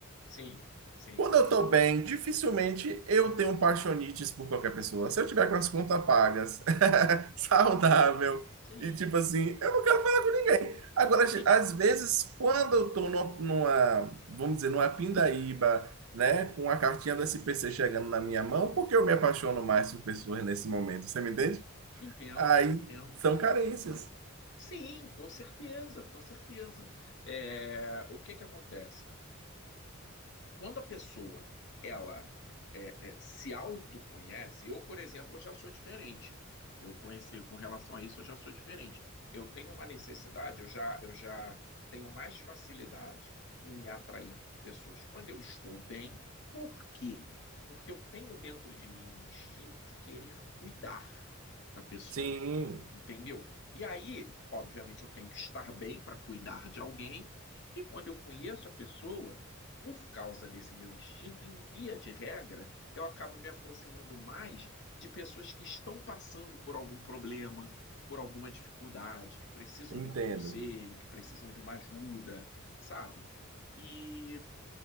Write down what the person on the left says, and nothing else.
sim, sim,
sim,
sim,
sim,
entendo,
entendo.
Sim, com certeza, com certeza. É, o que que acontece? Quando a pessoa ela é, é, se autoconhece, eu, por exemplo, eu já sou diferente. Eu conheci com relação a isso, eu já sou diferente. Eu tenho uma necessidade, eu já, eu já tenho mais facilidade em me atrair por pessoas quando eu estou bem. Por quê? Porque eu tenho dentro de mim um instinto de querer cuidar da pessoa.
Entendeu? E aí, obviamente, eu tenho que estar bem para cuidar de alguém, e quando eu conheço a pessoa, por causa desse meu instinto, em via de regra, eu acabo me aproximando mais de pessoas que estão passando por algum problema, por alguma dificuldade, que precisam
de um conselho, que precisam de uma ajuda, sabe? E